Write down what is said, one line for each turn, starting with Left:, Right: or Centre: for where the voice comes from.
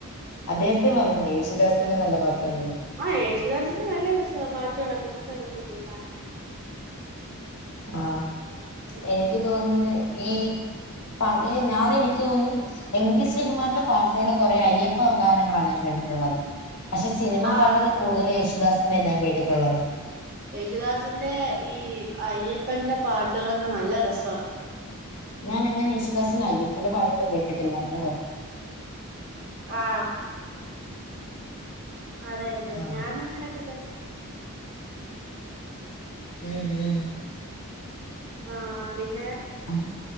Left: അദ്ദേഹത്തിനെ മറന്നു പോയി യേശുദാസ് പിന്നെ നല്ല പാട്ടാണല്ലോ
Right: ആഹ് യേശുദാസിന്റെ നല്ല രസാവാ പാട്ടുകളൊക്കെ നല്ല രസാ കേൾക്കാൻ
Left: ആഹ്
Right: ഉം.
Left: എനിക്ക് തോന്നുന്നു ഈ പഴയെ ഞാൻ എനിക്ക് തോന്നന്ന് എം ജി ശ്രീകുമാറിന്റെ പാട്ടുകള് കുറയേ അയ്യപ്പഗാനങ്ങളാണ് ഞാൻ കേട്ടിട്ടുള്ളത് പക്ഷെ സിനിമാ
Right: ആ
Left: പാട്ടുകള് കൂടുതല് യേശുദാസിന്റെയാ ഞാൻ കേട്ടിട്ടുള്ളത്
Right: യേശുദാസിന്റെ ഈ അയ്യപ്പന്റെ പാട്ടുകളൊക്കെ നല്ല രസാ
Left: ഞാൻ അങ്ങനെ യേശുദാസിൻ്റെ അയ്യപ്പന്റെ പാട്ടുകള് കേട്ടിട്ടില്ലാ ഉണ്ടോ
Right: ആ അതെല്ലേ
Left: ആഹ്
Right: ഞാൻ അങ്ങനൊക്കെ കേട്ട് ടുണ്ട്
Left: ഉം ഉം
Right: ആഹ് പിന്നെ
Left: ഉം